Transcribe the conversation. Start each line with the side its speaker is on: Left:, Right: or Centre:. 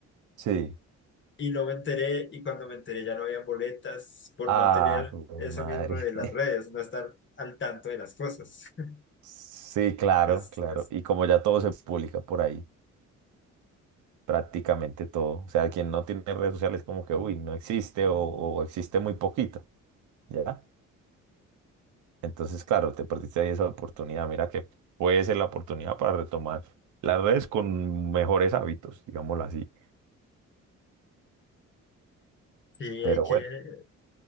Right: Sí.
Left: Y no me enteré, y cuando me enteré ya no había boletas por
Right: Ah,
Left: no tener
Right: de
Left: eso
Right: madre.
Left: mismo de las
Right: <laughs>
Left: redes, no estar al tanto de las cosas. <laughs>
Right: Sí, claro,
Left: Es,
Right: claro.
Left: es-
Right: Y como ya todo se publica por ahí, prácticamente todo. O sea, quien no tiene redes sociales como que, uy, no existe o, o existe muy poquito, ¿ya? Entonces, claro, te perdiste ahí esa oportunidad. Mira que puede ser la oportunidad para retomar las redes con mejores hábitos, digámoslo así.
Left: sí,
Right: Pero
Left: hay que,
Right: bueno,